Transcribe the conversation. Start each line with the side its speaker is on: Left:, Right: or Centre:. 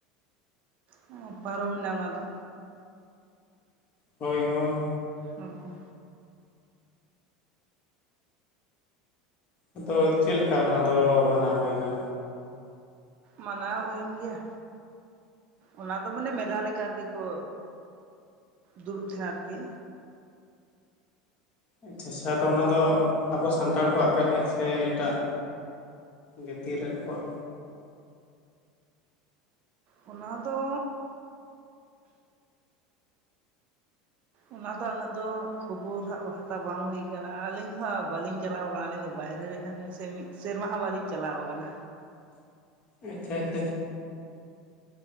Right: ᱦᱮᱸ ᱯᱟᱨᱚᱢ ᱮᱱᱟ ᱚᱱᱟ ᱫᱚ᱾
Left: ᱦᱳᱭ ᱦᱳᱭ᱾
Right: ᱟᱵᱚ
Left: ᱟᱫᱚ ᱪᱮᱫ ᱞᱮᱠᱟ ᱚᱱᱟ ᱫᱚ ᱢᱟᱱᱟᱣ ᱦᱩᱭᱱᱟ?
Right: ᱢᱟᱱᱟᱣ ᱦᱩᱭᱮᱱ ᱜᱮᱭᱟ ᱚᱱᱟ ᱫᱚ ᱢᱟᱱᱮ ᱢᱮᱞᱟ ᱞᱮᱠᱟ ᱨᱮᱜᱤ ᱠᱚ ᱫᱩᱲᱩᱵ ᱛᱟᱦᱮᱸᱱ ᱟᱨᱠᱤ
Left: ᱟᱪᱷᱟ ᱟᱪᱷᱟ ᱟᱫᱚ ᱚᱱᱟ ᱫᱚ ᱟᱵᱚ ᱥᱟᱱᱛᱟᱲ ᱠᱚᱣᱟᱜ ᱠᱟᱱ ᱜᱮᱭᱟ ᱥᱮ ᱮᱴᱟᱜ ᱡᱟᱹᱛᱤ ᱨᱮᱱ ᱠᱚᱣᱟᱜ
Right: ᱚᱱᱟ ᱫᱚ ᱚᱱᱟ ᱫᱚ ᱩᱱᱟᱹᱜ ᱫᱚ ᱠᱷᱚᱵᱚᱨ ᱦᱟᱸᱜ ᱦᱟᱛᱟᱣ ᱵᱟᱝ ᱦᱩᱭ ᱠᱟᱱᱟ᱾ ᱟᱨ ᱟᱹᱞᱤᱧ ᱦᱚᱸᱵᱟᱹᱞᱤᱧ ᱪᱟᱞᱟᱣ ᱟᱠᱟᱱᱟ ᱟᱹᱞᱤᱧ ᱫᱚ ᱵᱟᱭᱨᱮ ᱨᱮ ᱦᱮᱱᱟᱜ ᱦᱮᱸ ᱥᱮ ᱢᱤᱫ ᱥᱮᱨᱢᱟ ᱦᱚᱸ ᱵᱟᱹᱞᱤᱧ ᱪᱟᱞᱟᱣ ᱟᱠᱟᱱᱟ᱾
Left: <inaudible> ᱟᱪᱷᱟ ᱟᱪᱷᱟ